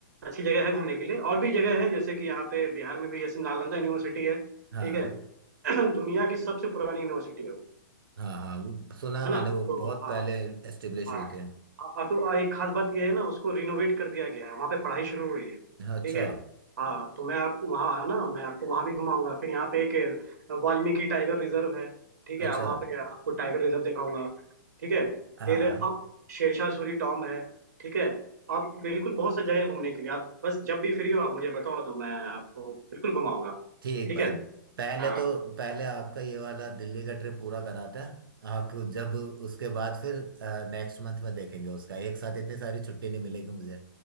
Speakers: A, on the right; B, on the right.
A: अच्छी जगह है घूमने के लिए और भी जगह है जैसे कि यहाँ पे बिहार में भी जैसे नालंदा यूनिवर्सिटी है ठीक
B: हाँ
A: है <clears throat> दुनिया की सबसे पुरानी यूनिवर्सिटी है वो
B: हाँ हाँ वो सुना है
A: है
B: मैंने
A: ना
B: वो
A: तो
B: बहुत
A: हाँ
B: पहले एस्टेब्लिश
A: हाँ
B: हुए थे
A: हाँ और तो एक खास बात यह है ना उसको रिनोवेट कर दिया गया है वहाँ पे पढ़ाई शुरू हुई है ठीक
B: अच्छा
A: है हाँ तो मैं आपको वहाँ आना मैं आपको वहाँ भी घुमाऊंगा फिर यहाँ पे एक वाल्मीकि टाइगर रिजर्व है ठीक
B: अच्छा
A: है वहाँ पे आपको टाइगर रिजर्व दिखाऊंगा ठीक है
B: हाँ
A: फिर
B: हाँ
A: आप शेरशाह सूरी टॉम है ठीक है आप बिल्कुल बहुत से जगह है घूमने के लिए आप बस जब भी फ्री हो आप मुझे बताओ तो मैं आपको बिल्कुल घुमाऊंगा
B: ठीक
A: ठीक
B: भाई
A: है
B: पहले
A: हाँ
B: तो पहले आपका ये वाला दिल्ली का ट्रिप पूरा कराते हैं आप जब उसके बाद फिर नेक्स्ट मंथ में देखेंगे उसका एक साथ इतनी सारी छुट्टी नहीं मिलेगी मुझे